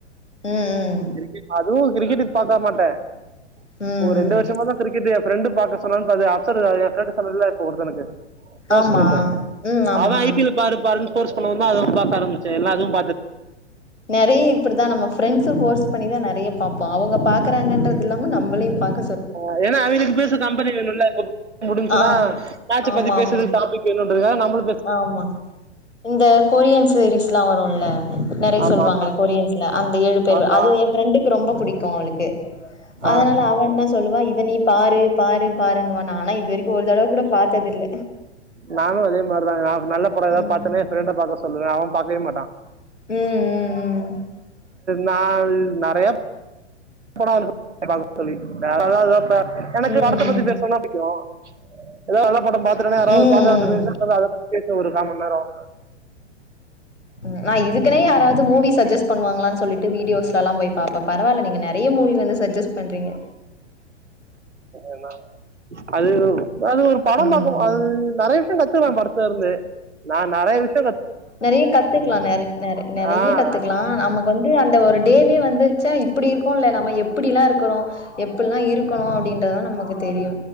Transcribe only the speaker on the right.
கிரிக்கெட் அதுவும் கிரிக்கெட்டுக்கு பாக்க மாட்டேன்
இப்போ ஒரு ரெண்டு
வருஷமா தான் கிரிக்கெட் என் ப்ரெண்டு பாக்க சொன்னானுப் பாத்தேன் அப்செட் என் பிரண்ட் சொன்னேன்ல ஒருத்தனுக்கு குளோஸ்
பிரண்ட்டு
அவன் ஐ பி எல் பாரு பாருன்னு ஃபோர்ஸ் குள்ள வந்தா அது தான் பாக்க ஆரம்பிச்சேன் எல்லா அதும்
ஆஹ் ஏன்னா அவங்கலுக்கு பேச கம்பெனி வேணும்ல்ல முடிஞ்ச்சுன்னா
மேட்ச்சை
பத்தி பேசுறதுக்கு
டாபிக் வேணுன்றதுக்காக நம்மள
ஆமா
ஆமா
ஆ
நானும் அதே மாரிதாங்க நல்ல பட எதான்
பாத்தேனே ஃப்ரெண்ட பாக்க சொல்லுவேன் அவன்ப் ப்பாக்கவே மாட்டான்
நான் நறைய படம் பாக்க சொல்லிருக்கேன் வேற <inaudible> எனக்கு
படத்தை பத்தி பேசுனும்னா புடிக்கும் ஏதாவது நல்லா படம் பாத்துட்டேன்னா யாராவது
பாக்காந்துச்சுனா அதை பத்தி பேசுவம் ஒரு காமணி நேரம்
ஏன அது அது ஒரு படம்பாக்கும்
அது நறைய விஷயம் கத்துகலாம் படத் தெருந்து நான் நறைய விஷ்
ஆஹ்